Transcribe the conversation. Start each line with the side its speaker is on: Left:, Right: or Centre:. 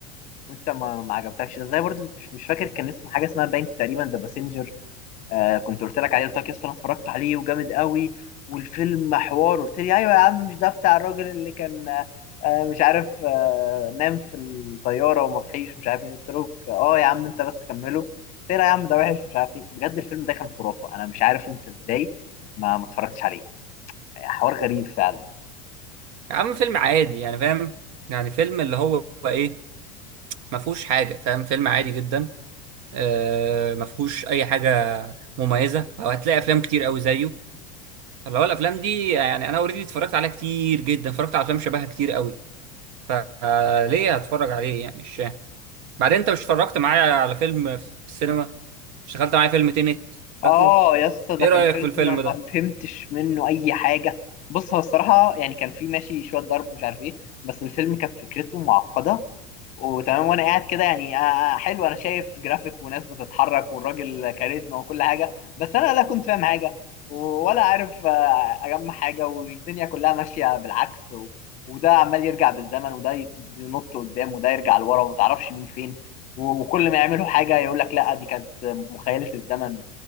Left: وانت ما, ما عجبتكش زي برضو مش, مش فاكر كان اسمه حاجه اسمها باين تقريبا ذا باسنجر آه كنت قلت لك عليه قلت لك يا اسطى انا اتفرجت عليه وجامد قوي والفيلم حوار قلت لي ايوه يا عم مش ده بتاع الراجل اللي كان آه مش عارف آه نام في الطياره وما صحيش مش عارف ايه قلت له اه يا عم انت بس كمله قلت لي لا يا عم ده وحش مش عارف ايه بجد الفيلم ده كان خرافه انا مش عارف انت ازاي ما ما اتفرجتش عليه يعني حوار غريب فعلا
Right: يا عم فيلم عادي يعني فاهم يعني فيلم اللي هو ايه ما فيهوش حاجه فاهم فيلم عادي جدا آه ما فيهوش اي حاجه مميزه وهتلاقي افلام كتير قوي زيه اللي هو الافلام دي يعني انا اوريدي اتفرجت عليها كتير جدا اتفرجت على افلام شبهها كتير قوي فليه هتفرج عليه يعني مش فاهم بعدين انت مش اتفرجت معايا على فيلم في السينما اشتغلت معايا فيلم تينت فاكره
Left: اه يا اسطى ده
Right: ايه
Left: كان
Right: رأيك
Left: فيلم
Right: في الفيلم
Left: ما
Right: ده
Left: فهمتش منه اي حاجه بص هو الصراحه يعني كان فيه ماشي شويه ضرب ومش عارف ايه بس الفيلم كانت فكرته معقده وتمام وانا قاعد كده يعني آه آه، حلو انا شايف جرافيك وناس بتتحرك والراجل كاريزما وكل حاجه بس انا لا كنت فاهم حاجه ولا عارف آه اجمع حاجه والدنيا كلها ماشيه بالعكس و... وده عمال يرجع بالزمن وده يت- ينط قدام وده يرجع لورا وما تعرفش مين فين و- وكل ما يعملوا حاجه يقول لك لا دي كانت مخيله الزمن